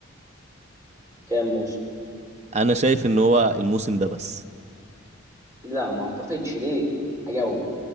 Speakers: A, on the right (about 15°); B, on the right (about 35°).
A: كام موسم
B: انا شايف ان هو الموسم ده بس
A: لا ما اعتقدش ليه هجاوبك